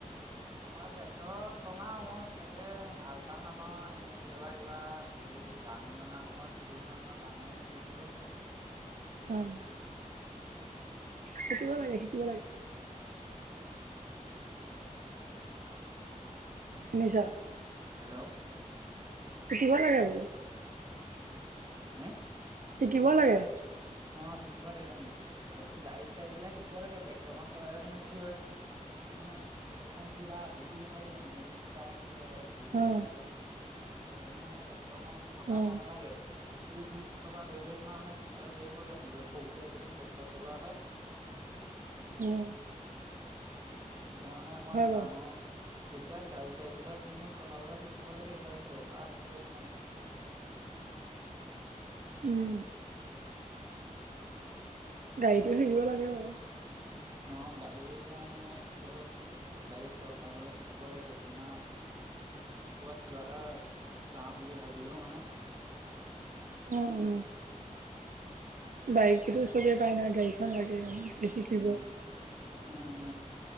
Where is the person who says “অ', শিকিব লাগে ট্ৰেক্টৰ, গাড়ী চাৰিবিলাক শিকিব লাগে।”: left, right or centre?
Right